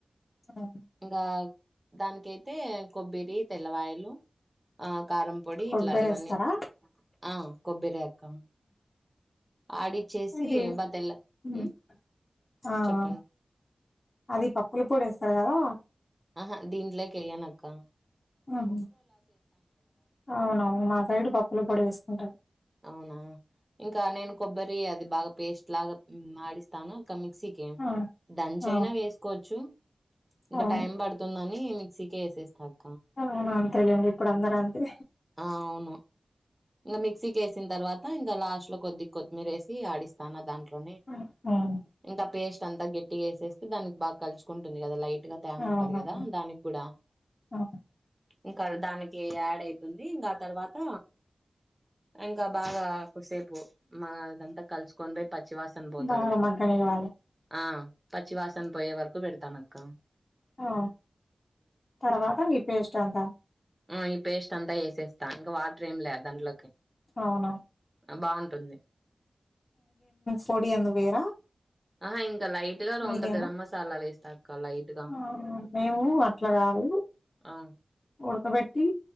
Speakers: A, on the left; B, on the right.
A: అవును.
B: ఇంకా దానికైతే కొబ్బరి తెల్లవాయిలు ఆ కారం పొడి
A: కొబ్బరేస్తారా
B: ఇట్లా ఇవన్నీ ఆ కొబ్బరే అక్క ఆడిచ్చేసి
A: అదే
B: బతెల్ల
A: ఉమ్మ్
B: ఉమ్
A: ఆ
B: చెప్పండి
A: ఆ అది పప్పుల పొడి ఏస్తారు కదా
B: ఆహా దీంట్లోకి ఎయ్యను అక్క
A: ఆహా అవునా మా సైడ్ పప్పుల పొడి ఏసుకుంటారు
B: అవునా ఇంకా నేను కొబ్బరి అది బాగా పేస్ట్ లాగా ఆడిస్తాను క మిక్సీకి
A: ఆ
B: దంచైన
A: ఆ
B: వేసుకోవచ్చు ఇంక
A: అవును
B: టైం పడుతుంద ని మిస్సీకే ఏసేస్తాను
A: అవును అంతేలేండి ఇప్పుడు అందరంతే
B: ఆ అవును ఇంగ మిక్సీకేసిన తర్వాత ఇంకా లాస్ట్లో కొద్దిగా కొత్తిమీర ఏసి ఆడిస్తాను దాంట్లో
A: హ్మ్. హ్మ్.
B: ఇంకా పేస్ట్ అంతా గట్టిగా ఏసేస్తే దానికి బాగా కలుచుకుంటుంది కదా లైట్ గ తేమ
A: అవునవును
B: ఉంటది కదా దానికి కూడా
A: అవును.
B: ఇంకా దానికి యాడ్ అయితుంది ఇంకా ఆ తర్వాత ఇంకా బాగా కోసేపు మా అదంతా కలుసుకొని పచ్చి వాసన పోతది
A: బాగా
B: కదా
A: మగ్గనివ్వాలి
B: ఆ పచ్చి వాసన పోయే వరకు పెడతానక్క
A: ఆ తర్వాత ఈ పేస్ట్ అంతా
B: ఆ ఈ పేస్ట్ అంతా ఏసేస్తా ఇంకా వాటర్ ఏంలే దాంట్లో
A: అవునా
B: బాగుంటుంది
A: పొడి అందుకు వేయరా
B: ఆహా ఇంకా లైట్‌గా రోంత
A: మీదేనా
B: గరం మసాలా వేస్తా అక్క లైట్ గా
A: ఆ! మేము అట్లా కాదు
B: ఆ
A: ఉడకబెట్టి